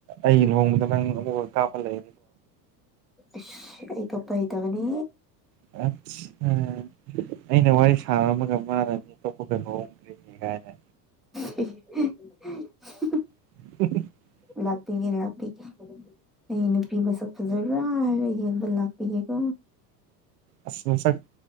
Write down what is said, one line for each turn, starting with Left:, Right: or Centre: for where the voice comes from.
Right: ꯑꯩ ꯂꯨꯍꯣꯡꯃꯗ ꯅꯪ ꯑꯃꯨꯛ ꯀꯥꯞꯄ ꯂꯩ
Centre: <unintelligible> ꯑꯩ ꯀꯞꯄꯥ ꯍꯩꯇꯕꯅꯤ
Right: ꯑꯁ ꯑꯩꯅ ꯋꯥꯔꯤ ꯁꯥꯔꯝꯃꯒ ꯃꯥꯥꯟꯔꯅꯤ ꯑꯇꯣꯞꯄꯒ ꯂꯨꯍꯣꯡꯗ꯭ꯔꯤꯅꯤ ꯀꯥꯏꯅ
Centre: <unintelligible>
Right: <unintelligible>
Centre: ꯂꯥꯛꯄꯤꯒꯦꯅꯦ ꯂꯥꯛꯄꯤꯒꯦ ꯑꯩ ꯅꯨꯄꯤ ꯃꯁꯛ ꯐꯖꯕ꯭ꯔꯥ ꯍꯥꯏꯔ ꯌꯦꯡꯕ ꯂꯥꯛꯄꯤꯒꯦꯀꯣ
Right: ꯑꯁ ꯃꯁꯛ